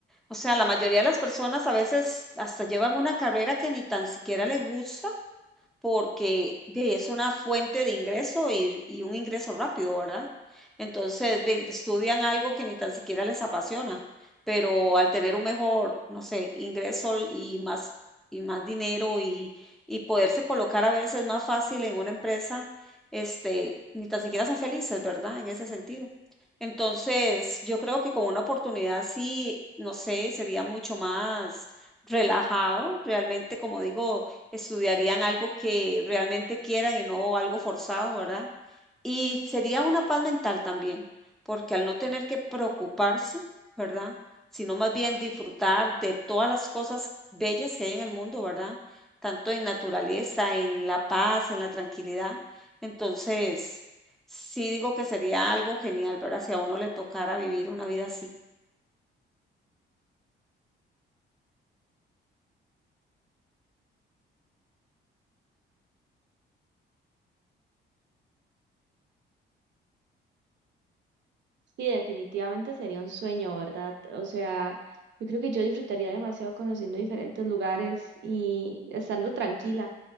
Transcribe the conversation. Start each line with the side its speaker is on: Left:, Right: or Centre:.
Centre: o sea, la mayoría de las personas a veces hasta llevan una carrera que ni tan siquiera les gusta porque ve, es una fuente de ingreso y, y un ingreso rápido, ¿verdad? Entonces, ve, estudian algo que ni tan siquiera les apasiona, pero al tener un mejor, no sé, ingreso y más, y más dinero y, y poderse colocar a veces más fácil en una empresa, este, ni tan siquiera son felices, ¿verdad? En ese sentido. Entonces, yo creo que con una oportunidad sí, no sé, sería mucho más relajado, realmente, como digo estudiarían algo que realmente quieran y no algo forzado, ¿verdad? Y sería una paz mental también, porque al no tener que preocuparse, ¿verdad? Sino más bien disfrutar de todas las cosas bellas que hay en el mundo, ¿verdad? Tanto en naturaleza, en la paz, en la tranquilidad. Entonces, sí digo que sería algo genial, ¿verdad? Si a uno le tocara vivir una vida así.
Right: Sí, definitivamente sería un sueño, ¿verdad? O sea, yo creo que yo disfrutaría demasiado conociendo diferentes lugares y estando tranquila.